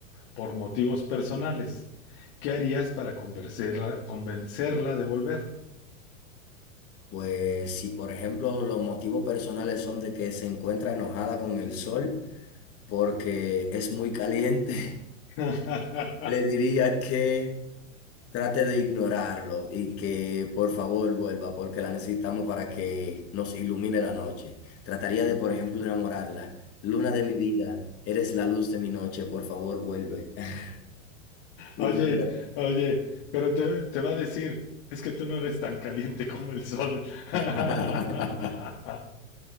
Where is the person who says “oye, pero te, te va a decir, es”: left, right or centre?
Left